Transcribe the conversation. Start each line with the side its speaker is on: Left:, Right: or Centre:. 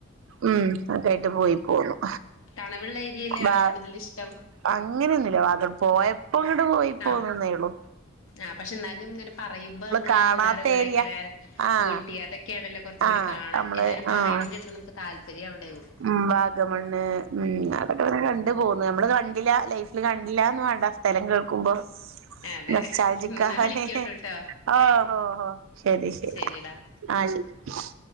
Right: ഉം ഒക്കൊയിട്ട് പോയി പോന്നു
Left: തണ്വെള്ള ഏരിയില് ആണോ
Right: വാ
Left: കൂടുതൽ ഇഷ്ടം
Right: അങ്ങനെയൊന്നുമില്ല വാത പോയപ്പോ ഇങ്ങട്ട് പോയി പോന്നന്നേള്ളു
Left: ആഹ് ആഹ് പക്ഷെ എന്നാലും ഇങ്ങനെ പറയുമ്പോ നമ്മള്
Right: കാണാത്ത
Left: മൂന്നാറ് കൊടൈക്കനാൽ
Right: ഏരിയ ആഹ്
Left: ഊട്ടി അതൊക്കെ കേടല്ല കുറച്ച്
Right: ആഹ്
Left: കൂടി കാണാൻ
Right: നമ്മള്
Left: എല്ലാവരും
Right: ആഹ്
Left: പറയണ കേട്ടിട്ട് നമുക്ക് താല്പര്യം അവിടെയാകും
Right: ഉം വാഗമണ്ണ് ഉം അതൊക്കെ കണ്ട് പോന്നു നമ്മള് കണ്ടില്ല ലൈഫില് കണ്ടില്ലന്ന് വേണ്ട സ്ഥലം കേൾക്കുമ്പോ
Left: അതെ
Right: നൊസ്റ്റാൾജിയക്കെ
Left: എന്നാ വിളിക്കോണ്ടുട്ടോ
Right: ഓഹോ ഹോ ശരി ശരി
Left: ശരിടാ
Right: ആഹ് ശരി